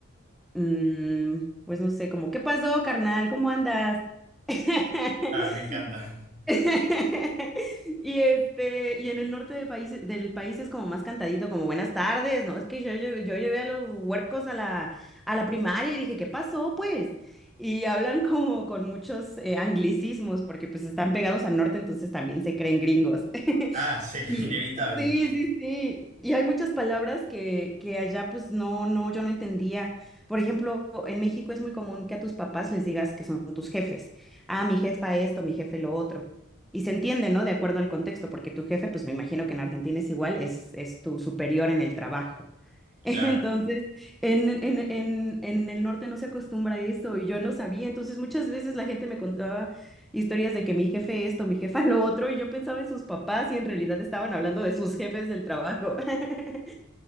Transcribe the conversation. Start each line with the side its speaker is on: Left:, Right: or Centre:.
Centre: mm, pues no sé, como, ¿qué pasó, carnal? ¿Cómo andas? <laughs>
Right: Ah, me encanta.
Centre: <laughs> Y este, y en el norte de país, del país es como más cantadito, como buenas tardes, ¿no? Es que yo, llevé- yo llevé a los huercos a la, a la primaria y dije, ¿qué pasó, pues? Y hablan como con muchos eh, anglicismos, porque pues están pegados al norte, entonces también se creen gringos.
Right: Ah,
Centre: <laughs>
Right: sí, <laughs>
Centre: Y,
Right: inevitable.
Centre: sí, sí, sí. Y hay muchas palabras que, que allá pues no, no, yo no entendía. Por ejemplo, en México es muy común que a tus papás les digas que son tus jefes. Ah, mi jefa esto, mi jefe lo otro. Y se entiende, ¿no? De acuerdo al contexto, porque tu jefe, pues me imagino que en Argentina es igual, es, es tu superior en el trabajo. <laughs> Entonces,
Right: Claro.
Centre: en, en, en, en en el norte no se acostumbra a eso y yo no sabía. Entonces, muchas veces la gente me contaba historias de que mi jefe esto, mi jefa <laughs> lo otro, y yo pensaba en sus papás y en realidad estaban hablando de sus jefes del trabajo. <laughs>